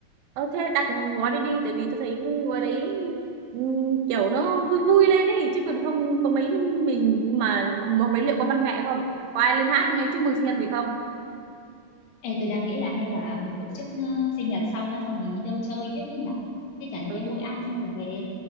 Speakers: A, on the right (about 85°); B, on the left (about 75°).
A: Ờ thế đặt gói đi đi tại vì tôi thấy gói đấy ừm, kiểu nó vui vui lên ấy chứ còn không có mấy mình mà mà mấy liệu có văn nghệ không? Có ai lên hát nghe chúc mừng sinh nhật gì không?
B: Ê, tôi đang nghĩ là hay là mình tổ chức ờ, sinh nhật xong á xong mình đi đâu chơi tiếp chứ nhở? Chứ chẳng
A: Ừ,
B: nhẽ mỗi
A: thì-
B: ăn xong rồi về.